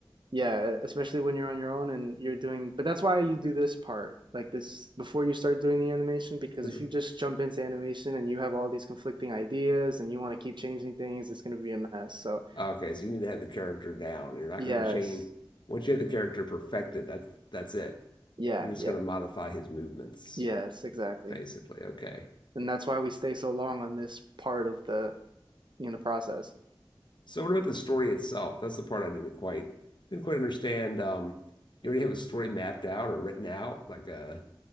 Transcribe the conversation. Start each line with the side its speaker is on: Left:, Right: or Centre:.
Right: Yeah, especially when you're on your own and you're doing, but that's why you do this part, like this, before you start doing the animation, because
Left: This
Right: if you just jump into animation and you have all these conflicting ideas and you want to keep changing things, it's going to be a mess. So,
Left: okay. So you need to have the character down. You're not
Right: yes,
Left: gonna change. Once you have the character perfected, that's that's it.
Right: yeah,
Left: You're just
Right: yeah,
Left: gonna modify his movements,
Right: yes, exactly.
Left: basically. Okay.
Right: And that's why we stay so long on this part of the, you know, process.
Left: So what about the story itself? That's the part I didn't quite didn't quite understand. Um, you already have a story mapped out or written out, like a